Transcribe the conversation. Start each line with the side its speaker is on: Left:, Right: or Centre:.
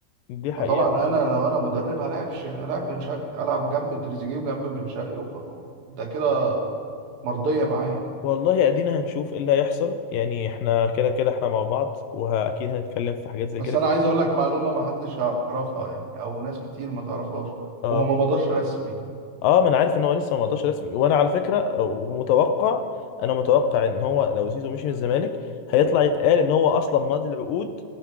Left: دي حقيقه
Right: فطبعا انا لو انا مدرب هلاعب ش... هلاعب بن شرقي هلعب جنب تريزيجيه وجنب بن شرقي وخ... ده كده مرضيه معايا
Left: والله ادينا هنشوف ايه اللي هيحصل يعني احنا كده كده احنا مع بعض واكيد هنتكلم في حاجات زي
Right: بس
Left: كده
Right: انا عايز
Left: كتير.
Right: اقول لك معلومه ما حدش يعرفها يعني او ناس كتير ما تعرفهاش
Left: اه
Right: هو ما مضاش رسمي
Left: اه ما انا عارف ان هو لسه ما مضاش رسمي وانا على فكره متوقع انا متوقع ان هو لو زيزو مشي من الزمالك هيطلع يتقال ان هو اصلا ماضي العقود